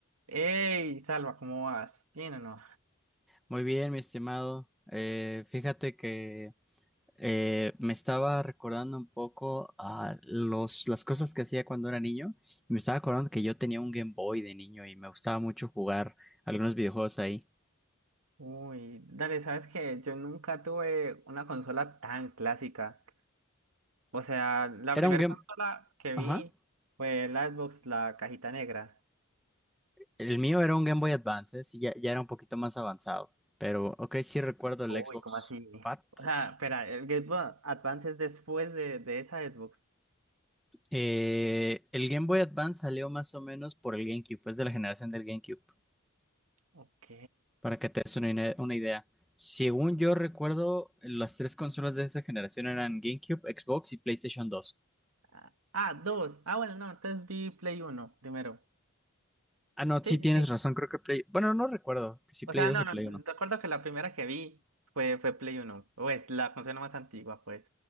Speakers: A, on the right (about 85°); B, in the centre.
A: Hey, Salva, ¿cómo vas? ¿Bien o no?
B: Muy bien, mi estimado. Eh, fíjate que eh, me estaba recordando un poco a los, las cosas que hacía cuando era niño y me estaba acordando que yo tenía un Game Boy de niño y me gustaba mucho jugar algunos videojuegos ahí.
A: Uy, dale, ¿sabes qué? Yo nunca tuve una consola tan clásica. O sea, la
B: Era
A: primera
B: un Game...
A: consola que
B: Ajá.
A: vi fue la Xbox, la cajita negra.
B: El mío era un Game Boy Advance, ¿eh? Sí, ya, ya era un poquito más avanzado, pero ok, sí recuerdo el
A: Uy,
B: Xbox
A: ¿cómo así?
B: Fat.
A: O sea, espera, el Game Boy Advance es después de, de esa Xbox.
B: Eh, el Game Boy Advance salió más o menos por el GameCube, es de la generación del GameCube.
A: Ok.
B: Para que te des una, ine- una idea. Según yo recuerdo, las tres consolas de esa generación eran GameCube, Xbox y PlayStation dos.
A: Ah, ah, dos. Ah, bueno, no, entonces vi Play Uno primero.
B: Ah, no, sí
A: Sí,
B: tienes
A: sí, sí.
B: razón, creo que Play... Bueno, no recuerdo si
A: O
B: Play
A: sea,
B: dos
A: no,
B: o
A: no,
B: Play uno.
A: recuerdo que la primera que vi fue, fue Play Uno. Pues la consola más antigua, pues.